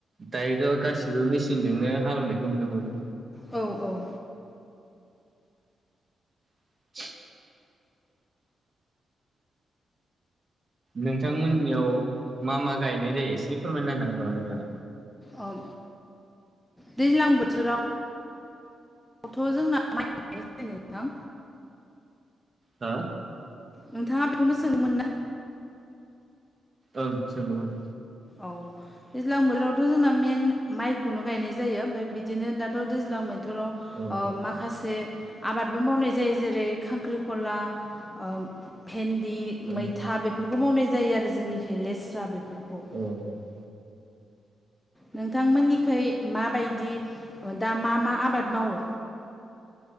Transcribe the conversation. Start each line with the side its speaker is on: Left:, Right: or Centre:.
Right: दायोथ' गासिबो मेचिनजोंनो हालेवनायखौ नुनो मोनो।
Centre: औ-औ!
Right: <inaudible> नोंथांमोननियाव मा मा गायनाय जायो एसे फोरमायना होनो हागोन नामा नोंथाङा?
Centre: अ' दैज्लां बोथोराव आथ' जोंना माइ <unintelligible> नोंथां।
Right: हो?
Centre: नोंथाङा बेखौनो सोङोमोन ना?
Right: ओं सोंदोंमोन।
Centre: औ! दैज्लां बोथोरावथ' जोंना मेन माइखौनो गायनाय जायो। ओमफ्राय बिदिनो दाथ' दैज्लां बोथोराव
Right: औ
Centre: अ' माखासे आबादबो मावनाय जायो। जेरै खांख्रिखला अ भेन्दि
Right: औ
Centre: मैथा बेफोरखौ मावनाय जायो आरो जोंनिखि लेस्रा बेफोरखौ।
Right: <unintelligible>
Centre: नोंथांमोननिखै माबायदि दा मा मा आबाद मावो?